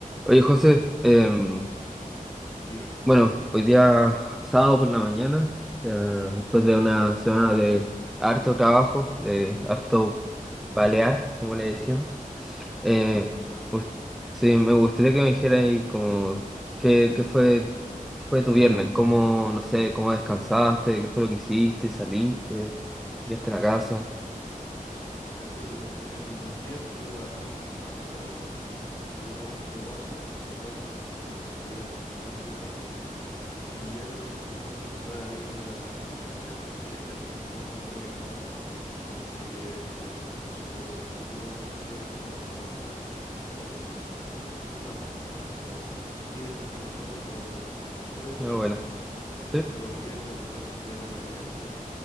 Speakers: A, in the centre; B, on the left (about 25°).
A: Oye, José, em,
B: Dime,
A: bueno, hoy día sábado por la mañana, eh, después de una semana de harto trabajo, de harto palear, como le decimos, eh,
B: concuerdo.
A: gust- sí, me gustaría que me dijeras ahí como qué, qué fue, qué fue tu viernes, cómo, no sé, cómo descansaste, qué fue lo que hiciste, saliste, llegaste a la casa.
B: Mm, Caché que en el, el día estuve trabajando harto rato. Tuve un momento de pausa bien bueno, que fue ir al gimnasio con un amigo. Y ya en la noche fui a una junta de amigos de la, de la universidad, que caché que estuvo mejor de lo que pensaba. Pensé que iba a ser como solo un grupo que conocía, pero en verdad fueron como dos. Entonces nada, eran como 10, 12 personas, pero todo bien
A: No,
B: tela.
A: bueno,
B: Eh,
A: sí.
B: rico el ambiente, ponerse al día con varias gente.